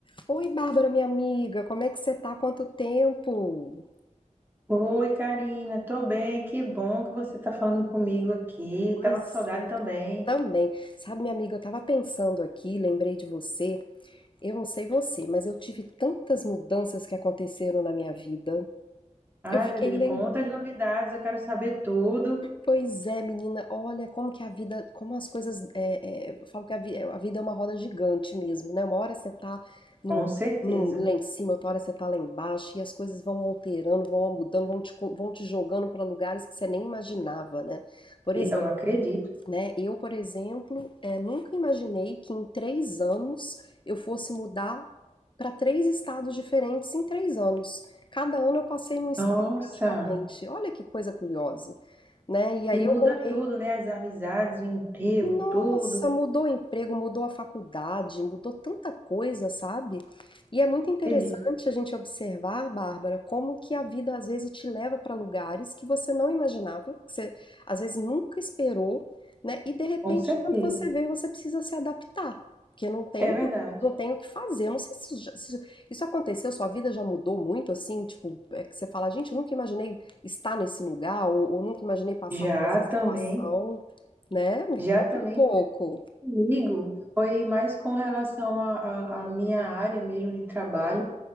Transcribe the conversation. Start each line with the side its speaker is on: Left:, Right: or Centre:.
Left: Oi, Bárbara, minha amiga, como é que você tá? Quanto tempo?
Right: Oi, Karina, tô bem, que bom que você tá falando comigo aqui.
Left: Pois
Right: Tava com saudade
Left: é,
Right: também.
Left: também. Sabe, minha amiga, eu tava pensando aqui, lembrei de você. Eu não sei você, mas eu tive tantas mudanças que aconteceram na minha vida.
Right: Ai,
Left: Eu fiquei
Right: meu Deus,
Left: lembrando.
Right: quantas novidades, eu quero saber tudo.
Left: Pois é, menina, olha como que a vida, como as coisas. É, é, eu falo que a, vi- a vida é uma roda gigante mesmo, né? Uma hora você tá num,
Right: Com certeza.
Left: num- lá em cima, outra hora você tá lá embaixo, e as coisas vão alterando, vão mudando, vão te, co- vão te jogando para lugares que você nem imaginava, né? Por exemplo,
Right: E eu acredito.
Left: né? Eu, por exemplo, é, nunca imaginei que em três anos eu fosse mudar para três estados diferentes em três anos. Cada ano eu passei num estado
Right: Nossa,
Left: praticamente. Olha que coisa curiosa, né? E aí
Right: e muda
Left: eu morei,
Right: tudo, né? As amizades, o emprego,
Left: nossa,
Right: tudo.
Left: mudou o emprego, mudou a faculdade, mudou tanta coisa, sabe? E é muito interessante
Right: Acredito,
Left: a gente observar, Bárbara, como que a vida às vezes te leva para lugares que você não imaginava, que você às vezes nunca esperou, né? E de repente,
Right: com certeza.
Left: quando você vê, você precisa se adaptar, porque não tem,
Right: É verdade.
Left: não tem o que fazer. Eu não sei se isso, já- se isso aconteceu, sua vida já mudou muito, assim, tipo, é que você fala, gente, eu nunca imaginei estar nesse lugar, ou, ou nunca imaginei passar
Right: Já
Left: por essa
Right: também,
Left: situação né? Me
Right: já
Left: conta
Right: também
Left: um pouco.
Right: comigo. Foi mais com relação à à- à minha área mesmo de trabalho.